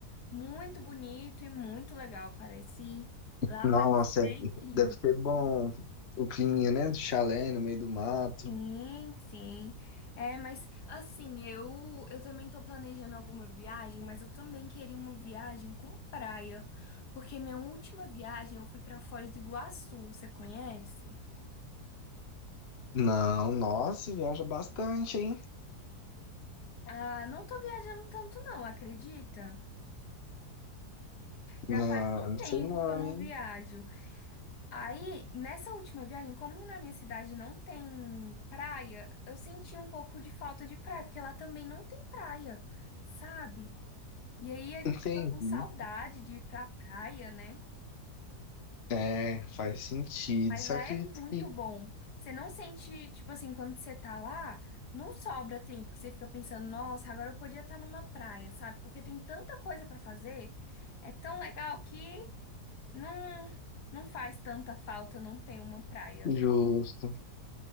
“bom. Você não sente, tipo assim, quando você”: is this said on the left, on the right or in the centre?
Left